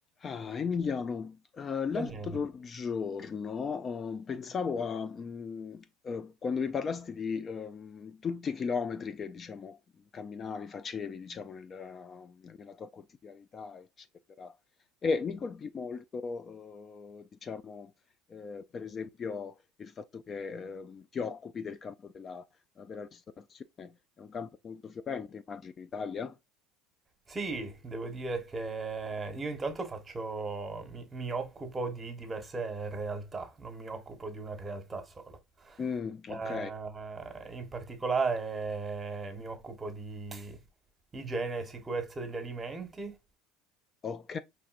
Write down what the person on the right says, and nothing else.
Io niente.
Sì, devo dire che io intanto faccio, mi, mi occupo di diverse realtà, non mi occupo di una realtà sola.
Eh,
in particolare mi occupo di igiene e sicurezza degli alimenti